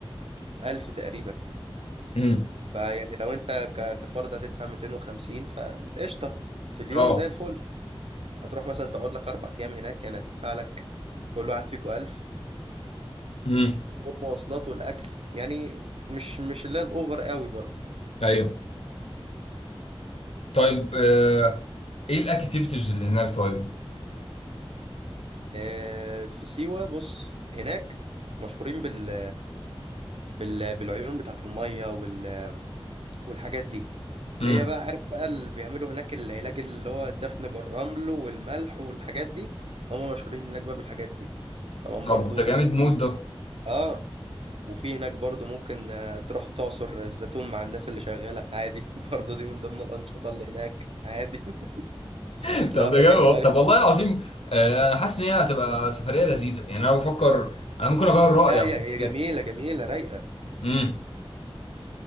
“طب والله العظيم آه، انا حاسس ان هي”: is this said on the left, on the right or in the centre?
Left